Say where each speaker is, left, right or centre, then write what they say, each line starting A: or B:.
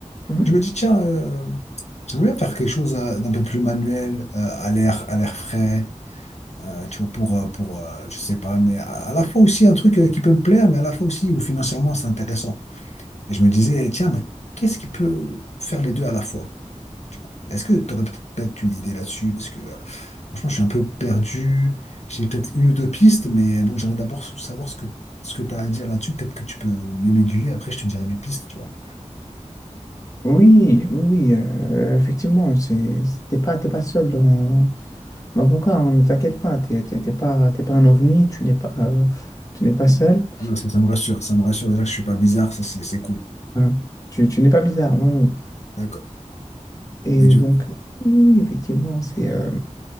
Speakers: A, on the left (about 25°); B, on the left (about 60°).
A: Mhm.
B: Je me dis, tiens, euh, j'aimerais bien faire quelque chose euh, d'un peu plus manuel, euh, à l'air, à l'air frais. Euh, tu vois, pour, euh, pour euh, je sais pas, mais à, à la fois aussi un truc euh, qui peut me plaire, mais à la fois aussi où financièrement c'est intéressant. Et je me disais, tiens, mais qu'est-ce qui peut faire les deux à la fois? Est-ce que tu aurais peut-être une idée là-dessus? Parce que euh, franchement, je suis un peu perdu. J'ai peut-être une ou deux pistes, mais bon, j'aimerais d'abord savoir ce que, ce que tu as à dire là-dessus. Peut-être que tu peux mieux m'aiguiller. Après, je te dirai mes pistes, tu vois.
A: Oui, oui, oui, euh, effectivement, c'est, t'es pas, t'es pas seul dans, dans ton cas, hein, ne t'inquiète pas, t'es, t'es- t'es pas, t'es pas un ovni, tu n'es pas, euh, tu n'es pas seul,
B: Ah non, ça, ça me rassure. Ça me rassure déjà que je suis pas bizarre. Ça, c'est c'est cool.
A: Euh, tu, tu n'es pas bizarre, non,
B: D'accord.
A: Et
B: Et du
A: donc, oui, effectivement, c'est euh,